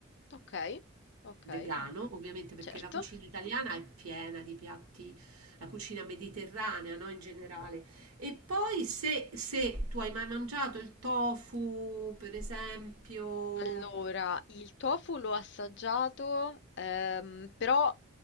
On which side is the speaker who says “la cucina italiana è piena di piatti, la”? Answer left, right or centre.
Right